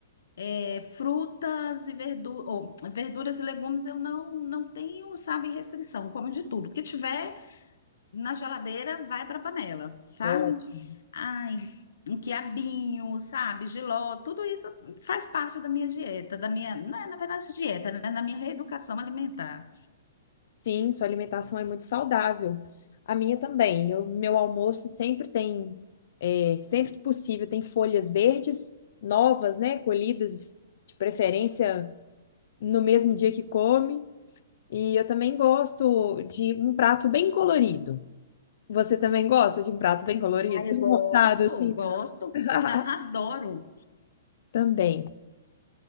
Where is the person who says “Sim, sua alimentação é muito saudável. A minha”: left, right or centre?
Left